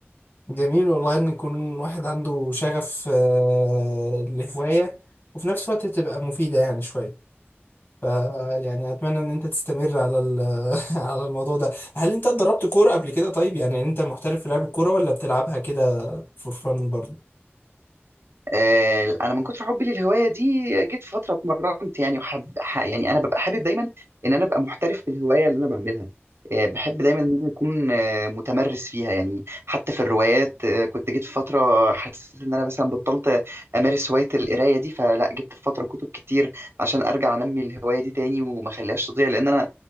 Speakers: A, on the left (about 55°); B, on the right (about 70°).
A: جميل والله ان يكون واحد عنده شغف آه، لهواية وفي نفس الوقت تبقى مفيدة يعني شوية ف يعني اتمنى ان انت تستمر على ال- <laughs> على الموضوع ده هل انت اتدربت كورة قبل كده طيب يعني انت محترف في لعب الكورة ولا بتلعبها كده فور فن برضه
B: آه، انا من كتر حبي للهوايه دي جيت في فتره اتمرنت يعني وحب ح- يعني انا ببقى حابب دايما ان انا ابقى محترف في الهوايه اللي انا بعملها آه، بحب دايما ان أنا اكون آه، متمرس فيها يعني حتى في الروايات آه، كنت جيت في فتره حسيت ان انا مثلا بطلت امارس هوايه القرايه دي فلا جبت في فتره كتب كتير عشان ارجع انمي الهوايه دي تاني وما اخليهاش تضيع لان انا